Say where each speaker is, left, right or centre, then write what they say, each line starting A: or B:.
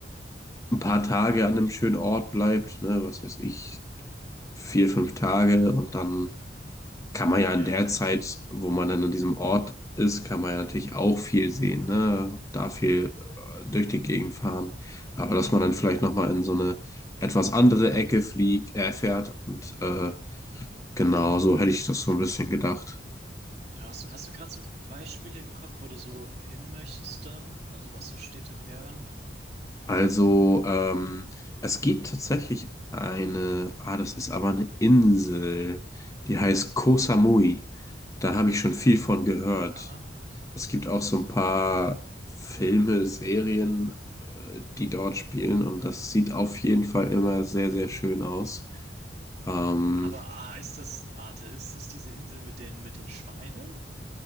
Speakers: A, on the left (about 20°); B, on the right (about 40°).
A: ein paar Tage an einem schönen Ort bleibt, ne, was weiß ich, vier, fünf Tage und dann kann man ja in
B: Ja.
A: der Zeit, wo man dann an diesem Ort ist, kann man ja natürlich auch viel sehen, ne, da viel äh, durch die Gegend fahren, aber dass
B: Mhm.
A: man dann vielleicht nochmal in so eine etwas andere Ecke fliegt, äh, fährt und äh, genau,
B: Mhm.
A: so hätte ich das so ein bisschen gedacht.
B: Ja, hast du, hast du gerade so Beispiele im Kopf, wo du so hin möchtest dann? Also, was so Städte wären?
A: Also, ähm, es gibt tatsächlich eine, ah, das ist aber eine Insel, die heißt Koh Samui. Da habe ich schon viel von
B: Aha.
A: gehört. Es gibt auch so ein paar Filme, Serien, äh, die dort spielen und das sieht auf jeden Fall immer sehr, sehr schön aus. Ähm,
B: Aber, ah, ist das, warte, ist das diese Insel mit den, mit den Schweinen?